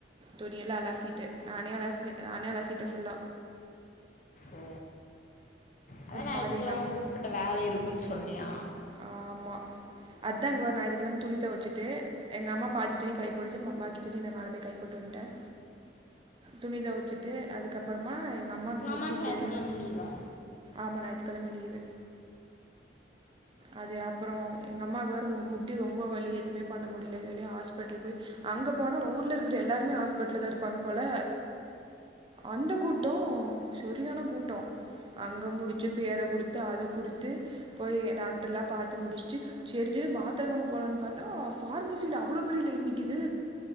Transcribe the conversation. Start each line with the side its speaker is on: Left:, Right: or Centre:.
Right: துணிய எல்லாம் அலாசிட்டு நானே அலாசன் நானே அலசிட்டேன் ஃபுல்லா
Left: ஓ அதான் ஞாயித்துகெலமா
Right: பாதி எங்கள்
Left: உருப்பட்ட வேல இருக்குன்னு சொன்னியா
Right: ஆமா அதான்ங்க வ நாய <unintelligible> துணி துவச்சிட்டு எங்கள் அம்மா பாதி துணி காயப்போடிச்சு பாக்கி துணி என்ன மேலே போய் காயபோட்டு வந்ட்டேன் துணி தொவச்சிட்டு அதுக்கப்புறமா எங்க அம்மாக்கு
Left: உங்கள்
Right: முட்டி
Left: அம்மாவுக்கு ஞாயிற்றுக்கிழமை
Right: சரியா
Left: லீவா
Right: ஆமா ஞாயிற்றுக்கிழமை லீவு அது அப்பறோ எங்கம்மாக்கு வேற மு முட்டி ரொம்ப வலி எதுமே பண்ண முடியலேனு சொல்லி ஹாஸ்பிட்டல் போய் அங்க போனா ஊர்ல இருக்கிற எல்லாருமே ஹாஸ்பிட்டல்ல் தா இருப்பாங்க போல அந்த கூட்டம் சரியான கூட்டம் அங்க முடிச்சு பேர குடுத்து அத குடுத்து போய் எதா ல்லாம் பாத்து முடிச்சட்டு சரி சேரி மாத்திரவாங்க போகலாம்ன்னு பாத்தா பஃபார்மசியில அவ்ளோ பெரிய லயன் நிக்கிது